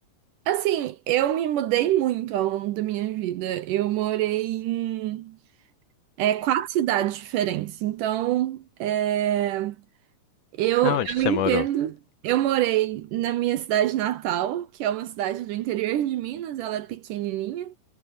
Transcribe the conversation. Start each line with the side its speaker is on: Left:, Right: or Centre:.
Right: Assim, eu me mudei muito ao longo da minha vida. Eu morei em é, quatro cidades diferentes. Então, é, eu,
Left: Aonde
Right: eu
Left: que
Right: entendo.
Left: você morou?
Right: Eu morei na minha cidade natal, que é uma cidade do interior de Minas, ela é pequenininha.